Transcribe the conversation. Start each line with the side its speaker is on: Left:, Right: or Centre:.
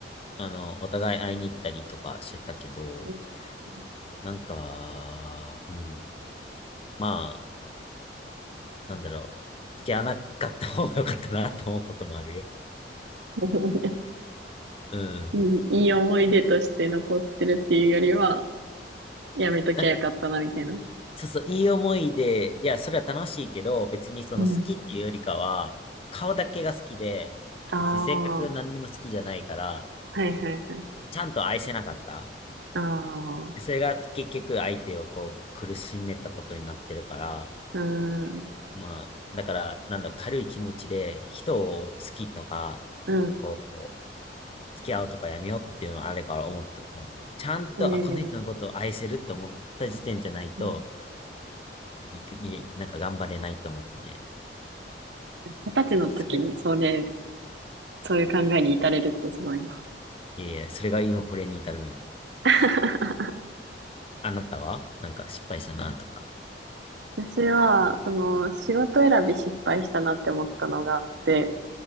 Left: あの、お互い会いに行ったりとかしてたけど、
Right: うん
Left: なんか、うん。まあ、なんだろう。付き合わなかった方が良かったなと思うこともあるよ。
Right: <laughs>
Left: うん。
Right: いい、いい思い出として残ってるっていうよりは、やめときゃよかったな、
Left: なんか、
Right: みたいな。
Left: そうそう、いい思いで、いや、それは楽しいけど、別にその好きっていうよりかは、
Right: うん。
Left: 顔だけが好きで、
Right: ああ、
Left: 別に性格何にも好きじゃないから、
Right: はいはいはい。
Left: ちゃんと愛せなかった。
Right: ああ、
Left: それが結局相手をこう苦しめたことになってるから、
Right: うん、う
Left: まあ、だから、なんだろう、軽い気持ちで人を好きとか、
Right: ん。
Left: こう、付き合うとかやめようっていうのはあれから思った。ちゃんと、ちゃんと、
Right: えー、
Left: あ、この人のことを愛せるって思った時点じゃないと、
Right: うん
Left: ぎぎなんか頑張れないと思ったね。
Right: 二十歳の時にそれ、
Left: それ、
Right: そういう考えに至れるってすごいな。
Left: いえいえ、それが今これに至るんよ。
Right: <laughs>
Left: あなたはなんか失敗したなとか。
Right: 私は、その、仕事選び失敗したなって思ったのがあって、